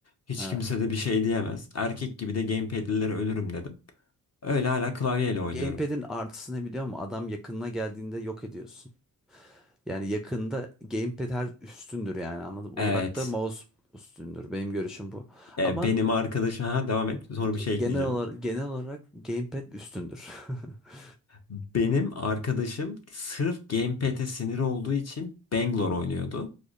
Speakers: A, on the left; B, in the centre.
A: Hiç
B: evet.
A: kimse de bir şey diyemez. Erkek gibi de gamepad'lilere ölürüm dedim. Öyle hala klavyeyle
B: Gamepad'in
A: oynuyorum.
B: artısını biliyor musun? Adam yakınına geldiğinde yok ediyorsun. Yani yakında gamepad her üstündür yani anladım.
A: Evet.
B: Uzakta mouse üstündür. Benim görüşüm bu.
A: E,
B: Ama
A: benim arkadaşım... Ha, devam et. Sonra
B: ge-
A: bir şey ekleyeceğim.
B: genel olarak genel olarak gamepad üstündür. <laughs>
A: Benim arkadaşım sırf gamepad'e sinir olduğu için Bangalore oynuyordu.